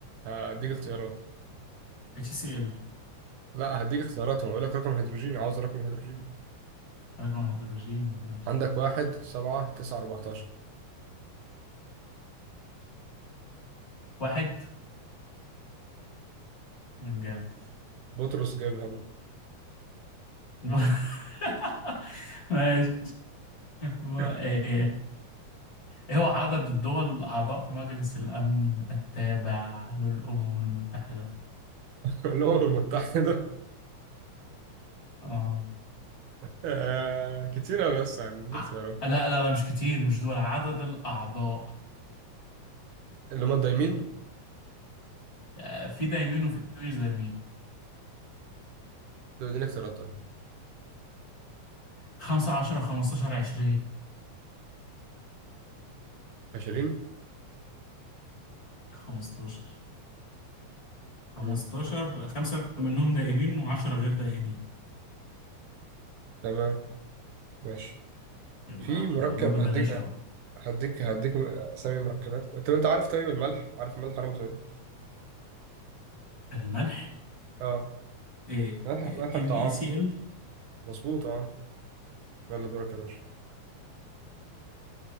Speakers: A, on the right; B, on the left.
A: هديك اختيارات
B: اتش سي ال
A: لا هديك اختيارات ما بقول لك رقم هيدروجيني عاوز رقم هيدروجيني
B: رقم هيدروجيني ماشي
A: عندك واحد سبعة تسعة أربعتاشر
B: واحد من جامد
A: بطرس جايب هم
B: <laughs> ماشي و-
A: <laughs>
B: ايه إيه هو عدد الدول الأعضاء في مجلس الأمن التابع للأمم المتحدة
A: الأمم المتحدة
B: اه
A: آه كتير أوي يس عندي
B: ع-
A: اختيارات
B: لا لا لا مش كتير مش دول عدد الأعضاء
A: اللي هما الدايمين
B: آه، في دايمين وفي مش دايمين
A: دول اديني اختيارات طيب
B: خمسة عشرة خمستاشر عشرين
A: 20
B: 15 15
A: مم.
B: خمسة منهم دائمين وعشرة غير دائمين
A: تمام ماشي
B: يلا
A: في
B: يا عم،
A: مركب
B: مع الله ببلاش
A: هديك
B: اهو
A: هديك هديك أسامي مركبات طب أنت عارف طيب الملح عارف الملح رمزه إيه؟
B: الملح
A: أه
B: إيه
A: ملح ملح
B: ان
A: الطعام
B: اي سي ال
A: مظبوط أه يلا دورك يا باشا